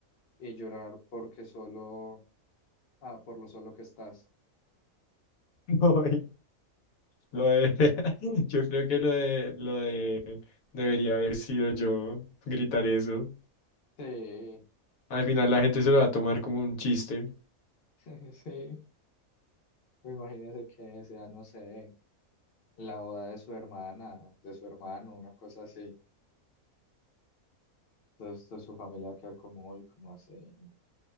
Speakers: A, on the left (about 50°); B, on the left (about 75°).
A: y llorar porque solo, ah, por lo solo que estás.
B: <laughs> Voy. Lo de, <laughs> yo creo que lo de, lo de debería haber sido yo gritar eso.
A: Sí,
B: Al final la gente se lo va a tomar como un chiste.
A: <laughs> sí. O Imagínese que sea, no sé, la boda de su hermana, de su hermano, una cosa así. Entonces, toda su familia va a quedar como, uy, como así,